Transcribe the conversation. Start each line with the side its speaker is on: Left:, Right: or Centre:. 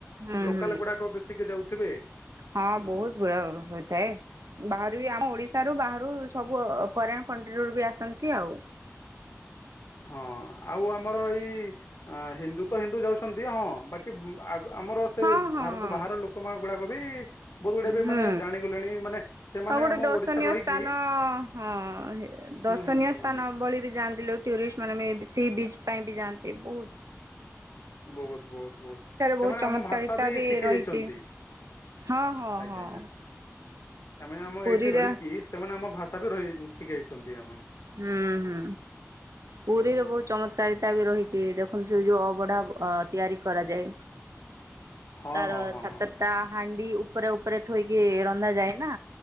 Right: ହୁଁ
Left: ଲୋକାଲ
Right: ହୁଁ
Left: ଗୁଡାକ ବେଶିକି ଯାଉଥିବେ
Right: ହଁ
Left: ଅ
Right: ବହୁତ <unintelligible> ହୋଇଥାଏ ବାହରୁବି ଆମ ଓଡିଶାରୁ ବାହାରୁ ସବୁ ଫରେନ୍ କଣ୍ଟ୍ରିରୁ ବି ଆସନ୍ତି ଆଉ।
Left: ହଁ ଆଉ ଆମର ଏଇ ହିନ୍ଦୁ ତ ହିନ୍ଦୁ ଯାଉଛନ୍ତି ହଁ ବାକି ଆମର ସେ
Right: ହଁ ହଁ
Left: ଭାରତ ବାହାର ଲୋକମାନେ ଗୁଡାକ ବି ବହୁତ ଗୁଡେ ଏବେ
Right: ହୁଁ
Left: ମାନେ ଜାଣିଗଲେଣି ମାନେ ସେମାନେ
Right: ଆଉ ଗୋଟେ
Left: ଆମ
Right: ଦର୍ଶନୀୟ
Left: ଓଡିଶାରେ ରହିକି
Right: ସ୍ଥାନ ହଁ ହେ ଦର୍ଶନୀୟ
Left: ହୁଁ ହୁଁ ହୁଁ
Right: ସ୍ଥାନ
Left: ହୁଁ
Right: ଭଳି ବି ଜାଆନ୍ତି ଲୋକ ଟୁରିଷ୍ଟ। ମାନେ ମେବି ସିବିଚ୍ ପାଇଁ ବି ଯାଆନ୍ତି ବୋହୁତ
Left: ବୋହୁତ ବୋହୁତ ବୋହୁତ ସେମାନେ
Right: ବହୁତ ଚମତ୍କାରିତା
Left: ଆମ ଭାଷା ବି ଶିଖି
Right: ରହିଛି।
Left: ଯାଇଚନ୍ତି ଆଜ୍ଞା
Right: ହଁ ହଁ ହଁ
Left: ଆଜ୍ଞା। ସେମାନେ ଆମ
Right: ପୁରୀରେ
Left: ଏଇଠି ରହିକି ସେମାନେ ଆମ ଭାଷା ସବୁ ରହିଯାଇଚନ୍ତି ଶିଖି ଯାଇଛନ୍ତି ଆପଣ।
Right: ଉଁ ହୁଁ
Left: ହୁଁ
Right: ପୁରିରେ ବୋହୁତ ଚମତ୍କାରିତା ବି ରହିଚି ଦେଖନ୍ତୁ ସେ ଯୋଉ ଅବଢା ଅ ତିଆରି କରାଯାଏ।
Left: ହଁ
Right: କାରଣ
Left: ହଁ ହଁ
Right: ସାତଟା
Left: ହଁ
Right: ହାଣ୍ଡି ଉପରେ ଉପରେ ଥୋଇକି ରନ୍ଧା ଯାଏନା।